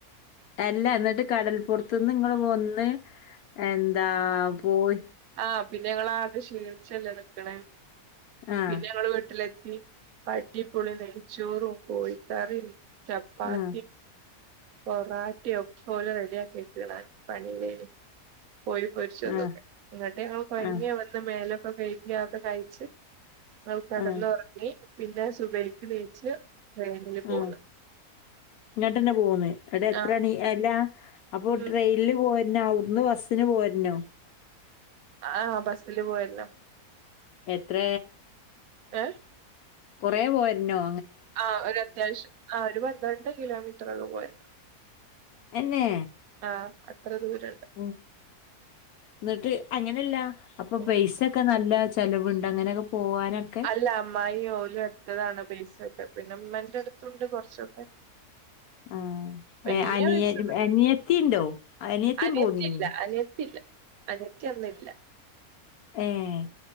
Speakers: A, on the left; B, on the right.
A: അല്ല എന്നിട്ട് കടൽപ്പുറത്തു നിന്ന് നിങ്ങൾ വന്ന് എന്താ പോയി
B: ആഹ് പിന്നെ ഞങ്ങ ആദ്യ ശീച്ചല്ല നിക്കണേ
A: ആഹ്
B: പിന്നെ ഞങ്ങള് വീട്ടിലെത്തി പ അടിപ്പൊളി നെയ്ച്ചോറും കോഴിക്കറി ചപ്പാത്തി
A: ആഹ്
B: പൊറാട്ടി ഒക്കെ ഓലും റെഡി ആക്കി വെച്ചിണ് പള്ളീൽ കോയി പൊരിച്ചതൊക്കെ
A: ആഹ്
B: എന്നിട്ട് ഞങ്ങ കഴഞ്ഞി
A: ആഹ്
B: വന്ന് മേലൊക്കെ കൈക്കി അത്‌ കഴിചെ ഞങ്ങൾ കടന്നുറങ്ങി
A: ആഹ്
B: പിന്നെ സുബക്ക് നീച്ച് ട്രെയിനില് പോന്ന്
A: ആഹ് ഇങ്ങട്ടന്നെ പോന്ന് എന്നട്ട് എത്ര
B: ആഹ്
A: മണി അല്ല അപ്പൊ
B: ഉം
A: ട്രെയിൻ ല് പോരുന്നോ അവിടുന്ന് ബസ്സിന് പോരുന്നോ
B: ആഹ് ബസ്സില് പോര്ണം
A: എത്ര
B: ഏഹ്
A: കൊറെ പോര്ന്നോ
B: ആഹ് ഒരു അത്യാവശ്യം ആഹ് ഒരു പന്ത്രണ്ട് കിലോമീറ്ററള്ള പോര്ണം
A: എന്നെ
B: ആഹ് അത്ര ദൂരണ്ട്
A: ഉം ഇന്നിട്ട് അങ്ങനല്ല അപ്പൊ
B: ഉം
A: പൈസ ഒക്കെ നല്ല ചേലവുണ്ട് അങ്ങനെയൊക്കെ പോവാനൊക്കെ
B: അല്ല അമ്മായി ഓരോ എടുത്തതാണ് പൈസക്കെ പിന്നെ ഉമ്മന്റെ അടുത്തുണ്ട് കുറച്ചൊക്കെ <inaudible>
A: ആഹ്
B: വല്ല്യ
A: ഏഹ് അനിയ
B: പൈസ ഒന്നും
A: അനിയത്തിണ്ടോ അനിയത്തിയും
B: ഇല്ല അനിയത്തില്ല
A: പോന്നീനി
B: അനിയത്തില്ല അനിയത്തി അന്ന് ഇല്ല
A: ഏഹ്